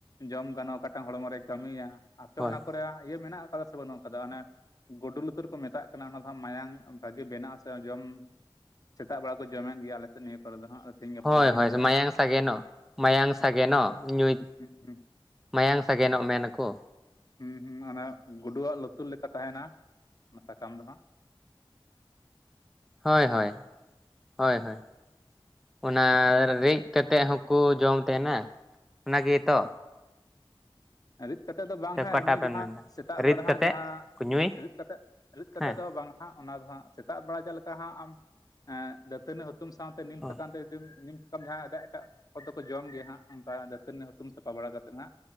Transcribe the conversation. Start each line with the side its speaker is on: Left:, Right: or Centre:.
Left: ᱡᱚᱢ ᱜᱟᱱᱚᱜᱼᱟ᱾ ᱚᱴᱟᱝ ᱦᱚᱲᱢᱚ ᱨᱮ ᱠᱟᱹᱢᱤᱭᱟ ᱟᱯᱮ
Centre: ᱦᱳᱭ
Left: ᱚᱱᱟ ᱠᱚᱨᱮ ᱤᱭᱟᱹ ᱢᱮᱱᱟᱜ ᱟᱠᱟᱫᱟ ᱥᱮ ᱵᱟᱹᱱᱩᱜ ᱟᱠᱟᱫᱟ᱾ ᱚᱱᱮ ᱜᱩᱰ ᱞᱩᱛᱩᱨ ᱩᱛᱟᱹᱨ ᱠᱚ ᱢᱮᱛᱟᱜ ᱠᱟᱱᱟ ᱚᱱᱟ ᱫᱚᱟᱜ ᱢᱟᱭᱟᱢ ᱵᱷᱟᱜᱮ ᱵᱮᱱᱟᱜᱼᱟ᱾ ᱡᱚᱢ ᱥᱮᱛᱟᱜ ᱵᱮᱲᱟ ᱠᱚ ᱡᱚᱢᱮᱫ ᱜᱮᱭᱟ ᱟᱞᱮᱥᱮᱫ ᱱᱤᱭᱟᱹ ᱠᱚᱨᱮ ᱫᱚ ᱦᱟᱸᱜ ᱛᱮᱦᱤᱧ ᱜᱟᱯᱟ
Centre: ᱦᱳᱭ
Left: ᱫᱚ ᱵᱟᱹᱧ
Centre: ᱦᱳᱭ
Left: ᱧᱮᱞ
Centre: ᱢᱟᱭᱟᱝ ᱥᱟᱜᱮᱱ ᱢᱟᱭᱟᱝ ᱥᱟᱜᱮᱱᱮᱱ ᱧᱩᱭ
Left: ᱦᱩᱸ ᱦᱩᱸ
Centre: ᱢᱟᱭᱟᱝ ᱥᱟᱜᱮᱱᱚᱜ ᱢᱮᱱ ᱟᱠᱚ
Left: ᱦᱩᱸ ᱦᱩᱸ ᱚᱱᱟ ᱜᱩᱰᱩᱣᱟᱜ ᱞᱩᱛᱩᱨ ᱞᱮᱠᱟᱛᱮ ᱛᱟᱦᱮᱱᱟ ᱚᱱᱟ ᱥᱟᱠᱟᱢ ᱫᱚ ᱦᱟᱸᱜ
Centre: ᱦᱳᱭ ᱦᱳᱭ ᱦᱳᱭ ᱦᱳᱭ ᱚᱱᱟ ᱨᱤᱜ ᱠᱟᱛᱮᱜ ᱦᱚᱸᱠᱚ ᱡᱚᱢ ᱛᱟᱦᱮᱱᱟ ᱚᱱᱟ ᱜᱮᱛᱚ
Left: ᱟᱨ ᱠᱟᱛᱮ ᱫᱚ ᱵᱟᱝ ᱦᱟᱜ
Centre: ᱚᱠᱟᱴᱟᱜ
Left: ᱮᱢᱱᱤ
Centre: ᱵᱮᱱ
Left: ᱡᱟᱦᱟᱸ
Centre: ᱢᱮᱱᱫᱟ
Left: ᱥᱮᱛᱟᱜ
Centre: ᱨᱤᱫ
Left: ᱵᱮᱲᱟ
Centre: ᱠᱟᱛᱮᱜ
Left: ᱦᱟᱸᱜ ᱡᱟᱦᱟᱸ
Centre: ᱠᱚ ᱧᱩᱭ
Left: ᱨᱤᱫ ᱠᱟᱛᱮᱮᱫ ᱨᱤᱫ ᱠᱟᱛᱮ
Centre: ᱦᱮᱸ
Left: ᱫᱚ ᱵᱟᱝ ᱚᱱᱟ ᱫᱚ ᱦᱟᱜ ᱥᱮᱛᱟᱜ ᱵᱮᱲᱟ ᱪᱮᱫ ᱞᱮᱠᱟ ᱦᱟᱜ ᱟᱢ ᱮᱸ ᱫᱟᱹᱛᱟᱹᱱᱤ ᱦᱩᱛ ᱦᱩᱛᱛᱩᱢ ᱥᱟᱶᱛᱮ ᱱᱤᱢ
Centre: ᱦᱳᱭ
Left: ᱥᱟᱠᱟᱢ ᱛᱮ ᱡᱫ ᱱᱤᱢ ᱥᱟᱠᱟᱢ ᱡᱟᱦᱟᱸᱭ ᱮᱴᱟᱜ ᱮᱴᱟᱜ ᱯ ᱫᱚ ᱠᱚ ᱡᱚᱢ ᱜᱮᱭᱟ ᱦᱟᱜ ᱚᱱᱠᱟ ᱟᱹᱱᱤ ᱦᱛᱩᱢ ᱥᱟᱯᱷᱟ ᱵᱟᱲᱟ ᱠᱟᱛᱮᱫ ᱦᱟᱸᱜ᱾